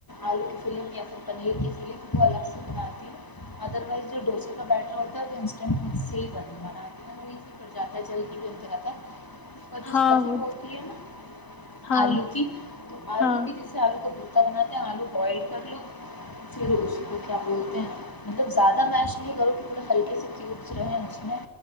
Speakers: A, on the left (about 15°); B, on the left (about 80°).
A: آلو کی فلنگ یا پھر پنیر کی فلنگ وہ الگ سے بناتی ہے ادر وائز جو ڈوسے کا بیٹر ہوتا ہے وہ انسٹنٹ صی بناتی ن ایزی پ جاتا ہے جلدی بن کر جاتا ہے اور جس
B: ہاں
A: کاف
B: وہ
A: ہوتی ہے نا
B: ہاں
A: آلو کی تو آلو
B: ہاں
A: کی جیسے آ آو کو بتا بناتے ہیں آلو بوائل کر لو پھر اس کو کیا بولتے ہیں مطلب زیادہ میش نہیں کرو کہ تھوڑے ہلکے سے کیوبس رہیں اس میں